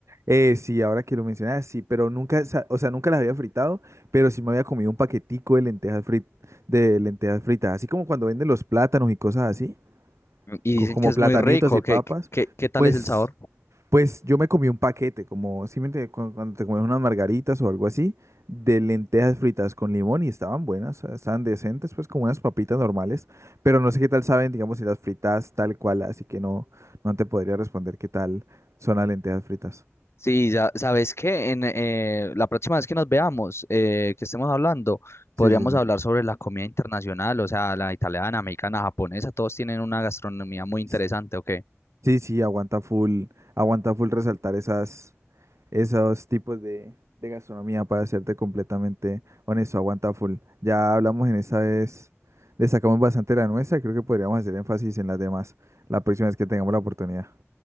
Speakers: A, on the right; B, on the left.
A: Eh, sí, ahora que lo mencionas, sí, pero nunca, sa- o sea, nunca las había fritado, pero sí me había comido un paquetico de lentejas frit, de lentejas fritas, así como cuando venden los plátanos y cosas así,
B: Y
A: co-
B: dicen
A: como
B: que es
A: platanitos
B: muy rico.
A: y
B: ¿Qué,
A: papas,
B: qué, qué- qué tal
A: pues,
B: es el sabor?
A: pues yo me comí un paquete, como simplemente cuando te comes unas margaritas o algo así, de lentejas fritas con limón y estaban buenas, o sea, estaban decentes, pues como unas papitas normales, pero no sé qué tal saben, digamos, si las fritas tal cual, así que no, no te podría responder qué tal son las lentejas fritas.
B: Sí, ya sabes que en eh, la próxima vez que nos veamos, eh, que estemos hablando,
A: Sí,
B: podríamos
A: sí, sí.
B: hablar sobre la comida internacional, o sea, la italiana, americana, japonesa, todos tienen una gastronomía muy interesante,
A: Sí,
B: ¿ok?
A: sí, aguanta full, aguanta full resaltar esas, esos tipos de, de gastronomía para serte completamente honesto, aguanta full. Ya hablamos en esa vez, destacamos bastante la nuestra, creo que podríamos hacer énfasis en las demás la próxima vez que tengamos la oportunidad.